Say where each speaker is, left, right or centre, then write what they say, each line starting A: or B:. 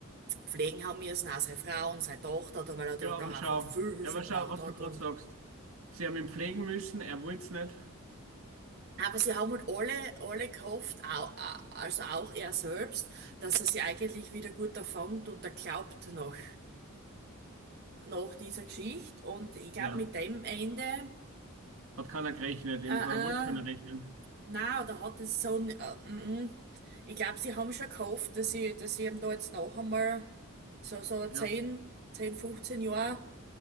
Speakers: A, on the right; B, on the right.
A: pflegen haben müssen, auch seine Frau und seine Tochter, da, weil er dort
B: Ja, aber
A: auch einfach
B: schau.
A: viel Hilfe
B: Ja, aber
A: braucht
B: schau, was
A: hat.
B: du gerade
A: Und
B: sagst. Sie haben ihn pflegen müssen, er wollte es nicht.
A: Aber sie haben halt alle, alle gehofft, au- a- also auch er selbst, dass er sie eigentlich wieder gut erfängt und er glaubt noch, nach dieser Geschichte. Und ich glaube,
B: Ja,
A: mit dem Ende,
B: hat keiner gerechnet, im,
A: äh,
B: oder wollte keiner
A: äh,
B: rechnen.
A: na, oder hat es so, n- äh, mm, mm. ich glaube, sie haben schon gehofft, dass sie, dass sie ihm da jetzt noch einmal so, so
B: Ja,
A: zehn, zehn, 15 Jahre,